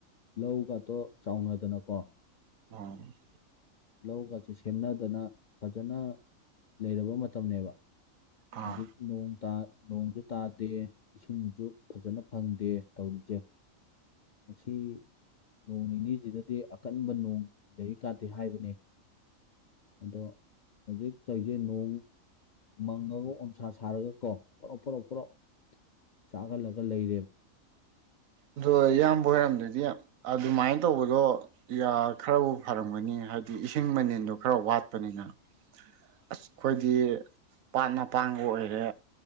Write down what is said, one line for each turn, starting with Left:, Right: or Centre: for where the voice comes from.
Left: ꯂꯧꯒꯛꯇꯣ ꯆꯥꯎꯅꯗꯅꯀꯣ
Right: ꯑ
Left: ꯂꯧꯒꯁꯤ ꯁꯦꯝꯅꯗꯅ ꯐꯖꯅ ꯂꯩꯔꯕ ꯃꯇꯝꯅꯦꯕ
Right: ꯑꯥ
Left: ꯍꯧꯖꯤꯛ ꯅꯣꯡ ꯇꯥ ꯅꯣꯡꯁꯨ ꯇꯥꯗꯦ ꯏꯁꯤꯡꯁꯨ ꯐꯖꯅ ꯐꯪꯗꯦ ꯇꯧꯔꯤꯁꯦ ꯃꯁꯤ ꯅꯣꯡ ꯅꯤꯅꯤꯁꯤꯗꯗꯤ ꯑꯀꯟꯕ ꯅꯣꯡ ꯂꯩ ꯀꯥꯗꯦ ꯍꯥꯏꯕꯅꯤ ꯑꯗꯣ ꯍꯧꯖꯤꯛ ꯂꯩꯁꯦ ꯅꯣꯡ ꯃꯪꯉꯒ ꯑꯣꯟꯁꯥ ꯁꯥꯔꯒ ꯀꯣ ꯄꯨꯂꯞ ꯄꯨꯂꯞ ꯄꯨꯂꯞ ꯆꯥꯍꯜꯂꯒ ꯂꯩꯔꯦꯕ
Right: ꯑꯗꯣ ꯏꯌꯥꯝꯕ ꯍꯔꯝꯗꯗꯤ ꯑꯗꯨꯃꯥꯏꯅ ꯇꯧꯕꯗꯣ ꯈꯔꯕꯨ ꯐꯔꯝꯒꯅꯤ ꯍꯥꯏꯕꯗꯤ ꯏꯁꯤꯡ ꯃꯅꯦꯟꯗꯣ ꯈꯔ ꯋꯥꯠꯄꯅꯤꯅ ꯑꯁ ꯑꯩꯈꯣꯏꯗꯤ ꯄꯥꯠ ꯃꯄꯥꯡꯕ ꯑꯣꯏꯔꯦ